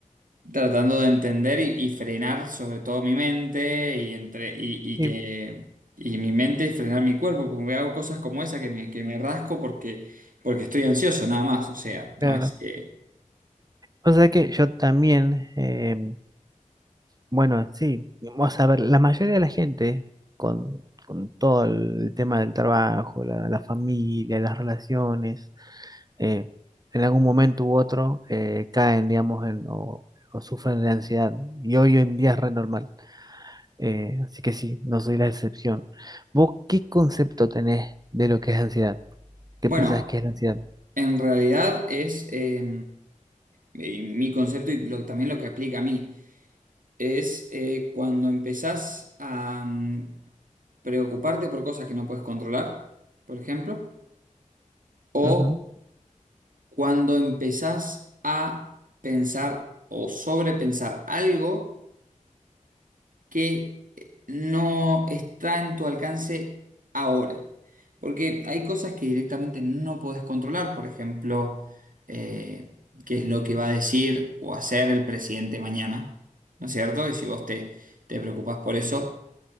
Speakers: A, on the right; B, on the right.
A: tratando de entender y, y frenar sobre todo mi mente y, entre, y, y
B: Y
A: que... Y mi mente y frenar mi cuerpo, porque hago cosas como esa que me, que me rasco porque, porque estoy ansioso, nada más. O sea,
B: claro,
A: no es que.
B: o sea que yo también, eh, bueno, sí, vamos a ver, la mayoría de la gente con, con todo el tema del trabajo, la, la familia, las relaciones. eh, en algún momento u otro eh, caen, digamos, en- o, o sufren de ansiedad. Y hoy en día es re normal. Eh, así que sí, no soy la excepción. ¿Vos qué concepto tenés de lo que es ansiedad? ¿Qué
A: Bueno.
B: pensás que es la ansiedad?
A: En realidad es, eh, y mi concepto y lo- también lo que aplica a mí, es eh, cuando empezás a mm, preocuparte por cosas que no puedes controlar, por ejemplo, o
B: Ujú,
A: cuando empezás a pensar o sobrepensar algo que eh, no está en tu alcance ahora. Porque hay cosas que directamente no puedes controlar, por ejemplo, eh, qué es lo que va a decir o hacer el presidente mañana, ¿no es cierto? Y si vos te, te preocupás por eso.